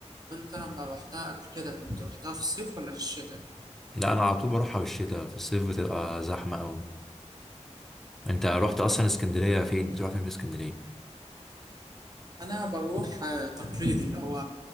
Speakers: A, on the right (about 35°); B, in the centre.
A: وانت لما رحتها قبل كده كنت رحتها في الصيف ولا في الشتاء؟
B: لا أنا على طول بروحها بالشتاء في الصيف بتبقى زحمة أوي أنت رحت أصلا اسكندرية فين بتروح فين في اسكندرية؟
A: انا بروح آه، تقليدي اللي هو